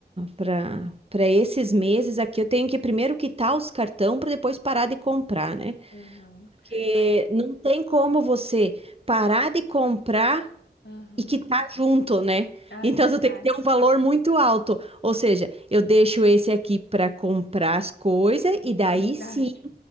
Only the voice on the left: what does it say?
Aham,
Aí-
aham.
Ah,
é verdade.
Verdade.